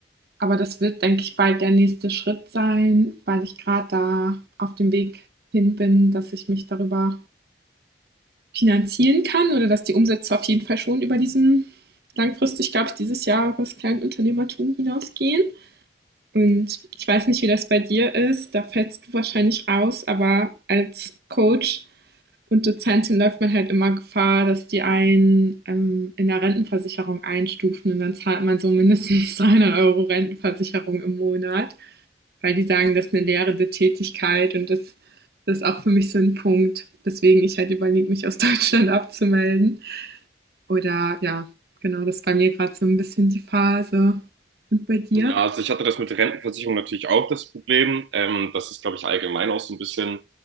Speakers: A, on the right; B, on the right.
A: Aber das wird, denke ich, bald der nächste Schritt sein, weil ich gerade da auf dem Weg hin bin, dass ich mich darüber finanzieren kann oder dass die Umsätze auf jeden Fall schon über diesen langfristig, glaube ich, dieses Jahr über das Kleinunternehmertum hinausgehen. Und ich weiß nicht, wie das bei dir ist, da fällst du wahrscheinlich raus, aber als Coach und Dozentin läuft man halt immer Gefahr, dass die einen ähm, in der Rentenversicherung einstufen und dann zahlt man so mindestens <laughs> 300 Euro Rentenversicherung im Monat, weil die sagen, das ist eine lehrende Tätigkeit und das, das ist auch für mich so ein Punkt, weswegen ich halt überlege, mich aus <laughs> Deutschland abzumelden. Oder ja, genau, das ist bei mir gerade so ein bisschen die Phase. Und bei dir?
B: Ja, also ich hatte das mit der Rentenversicherung natürlich auch das Problem. Ähm, das ist, glaube ich, allgemein auch so ein bisschen,